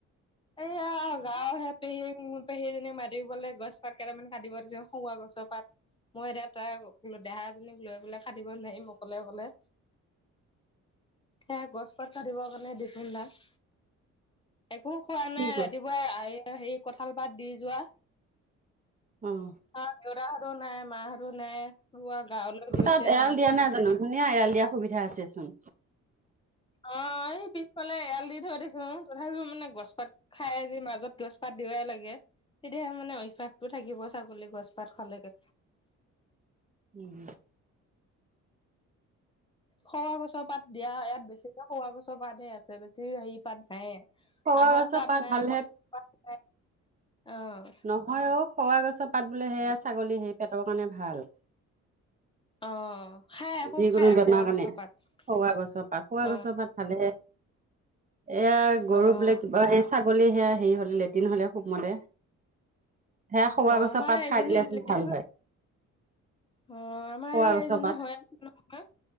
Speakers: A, on the left (about 15°); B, on the right (about 25°).
A: এইয়া গাঁৱৰ সেয়া পেহী পেহীজনী মাতি পেলাই গছ পাত কেইটামান কাটিব দিছো সৰুৱা গছৰ পাত। মই এতিয়া তাইক দেহা জনীক লৈ পেলাই কাটিব নোৱাৰিম অকলে অকলে। সেয়া গছ পাত কাটিবৰ কাৰণে দিচোন তাক। একো খোৱা
B: কি
A: নাই
B: গছ?
A: ৰাতিপুৱাই এ হেৰি কঁঠাল পাত দি যোৱা।
B: অহ।
A: ঘৰত দেউতাহতো নাই মাহতো নাই হোৱা গাঁৱলৈ- গৈছে
B: তাত এৰাল
A: নাম
B: দিয়া নাই জানো ধুনীয়া এৰাল দিয়া সুবিধা আছে চোন।
A: অ এই পিছফালে এৰাল দি থৈ দিছো তথাপিওঁ মানে গছ পাত- খাই যি মাজত গছ পাত দিবাই লাগে। তেতিয়াহে মানে অভ্যাসটো থাকিব ছাগলী গছপাত খালেগে।
B: উম।
A: সৰুৱা গছৰ পাত দিয়া ইয়াত বেছিকে সৰুৱা গছৰ পাতহে আছে বেছি হেৰি পাত নাই।
B: সৰুৱা
A: আহত
B: গছৰ
A: পাত নাই
B: ভালহে
A: কঠাল পাত নাই, অ।
B: নহয় অ সৰুৱা গছৰ পাত বোলে হেয়া ছাগলী হেই পেটৰ কাৰণে ভাল।
A: অ খাই খুব
B: যিকোনো
A: খাই
B: বেমাৰ
A: সৰুৱা
B: কাৰণে
A: গছৰ পাত,
B: সৰুৱা গছৰ পাত সৰুৱা গছৰ
A: অঁহ।
B: পাত ভালেহে, এয়া গৰু
A: অ',
B: বোলে কিবা হেই- ছাগলী হেয়া হেৰি হ'লে লেট্ৰিন হ'লে সুবমতে। সেয়া সৰুৱা
A: অ',
B: গছৰ
A: আমাৰ
B: পাত
A: এজনী
B: খাই দিলেচোন
A: লেট্ৰিন
B: ভাল
A: হৈ
B: হয়।
A: অ আমাৰ
B: সৰুৱা
A: এতিয়া
B: গছৰ
A: এইজনী
B: পাত
A: হয় আছে নহয়,